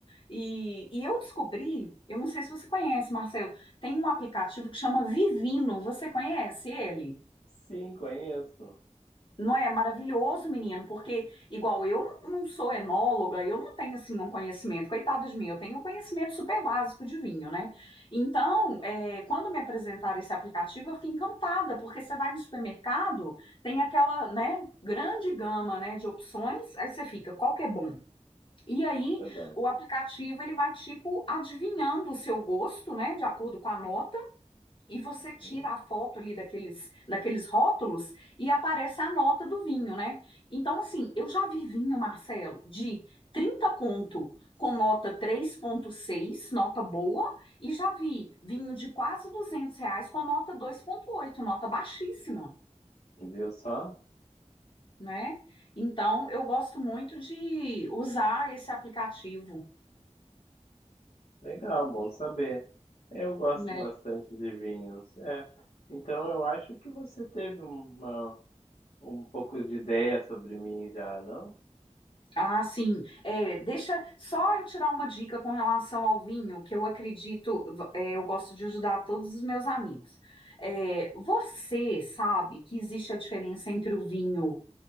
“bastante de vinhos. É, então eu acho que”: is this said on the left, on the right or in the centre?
Left